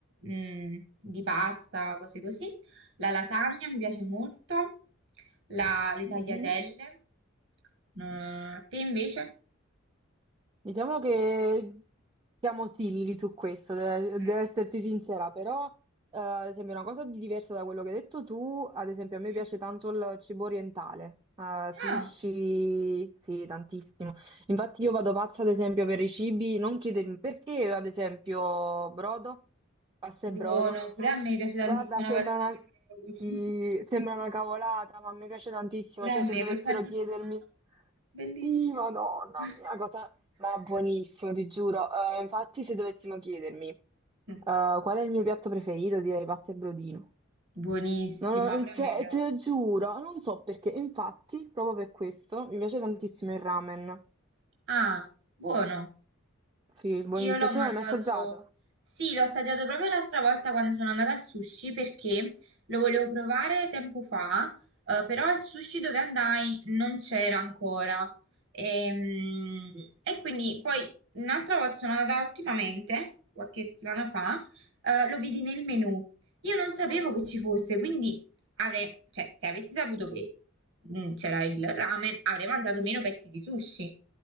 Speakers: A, on the right; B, on the right.
A: mm, di pasta, cose così. La lasagna mi piace molto, la- le tagliatelle.
B: Mhm.
A: Eh, a te invece?
B: Diciamo che siamo simili su questo, de-
A: Ok.
B: devo esserti sincera, però eh, ad esempio una cosa di diversa da quello che hai detto tu, ad esempio a me
A: Mm.
B: piace tanto il cibo orientale, eh, sushi,
A: Ah,
B: sì, tantissimo. Infatti io vado pazza ad esempio per i cibi, non chiedermi perché ad esempio brodo, pasta e
A: buono,
B: brodo.
A: pure a me piace tantissimo
B: Guarda, sembra
A: la pastina
B: una,
A: col brodo.
B: sì,
A: <laughs>
B: sembra una cavolata, ma mi piace tantissimo,
A: Pure
B: cioè
A: a me
B: se dovessero
A: col parmigiano,
B: chiedermi...
A: bellissimo.
B: Sì, madonna
A: <laughs>
B: mia, cosa, ma buonissimo, ti giuro. Eh, infatti, se dovessimo chiedermi eh,
A: Mm.
B: qual è il mio piatto preferito, direi pasta e brodino.
A: Buonissima,
B: Non ho- mm,
A: pure
B: cioè,
A: a me piace.
B: te lo giuro, non so perché. Infatti, proprio per questo, mi piace tantissimo il ramen.
A: Ah, buono.
B: Sì, buonissimo.
A: Io l'ho
B: Tu
A: mangiato,
B: non l'hai mai assaggiato?
A: sì, l'ho assaggiato proprio l'altra volta quando sono andata al sushi perché lo volevo provare tempo fa, eh, però al sushi dove andai non c'era ancora. Ehm, E, quindi poi un'altra volta sono andata ultimamente, qualche settimana fa, eh, lo vidi nel menù. Io non sapevo che ci fosse, quindi avrei, cioè, se avessi saputo che mm, c'era il ramen, avrei mangiato meno pezzi di sushi.